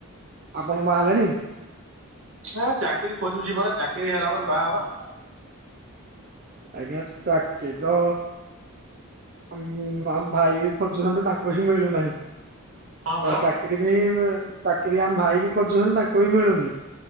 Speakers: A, on the right (about 45°); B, on the right (about 70°).
A: ଆପଣ ବାହା ହେଲେଣି?
B: ହ ଚାକିରି ଖୋଜୁଛି ପରା ଚାକିରି ହେଲା ପରେ ବାହା ହେବା।
A: ଆଜ୍ଞା ଚାକିରି ତ ଆମ ଭା-ଭାଇ ବି ଖୋଜୁଛନ୍ତି ନା <unintelligible> ମିଳୁ ନାହିଁ ତ
B: ହଁ ପରା
A: ଚା ଚାକିରି ବି ଚାକିରି ଆମ ଭାଇ ବି ଖୋଜୁଛନ୍ତି ତାଙ୍କୁ ବି ମିଳୁନି।